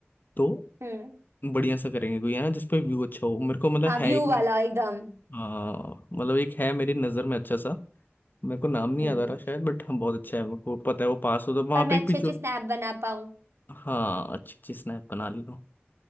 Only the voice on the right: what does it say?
हम्म
हाँ
व्यू
वाला एकदम
हम्म
हम्म,
पर मैं
अच्छे
अच्छे स्नैप बना पाऊँ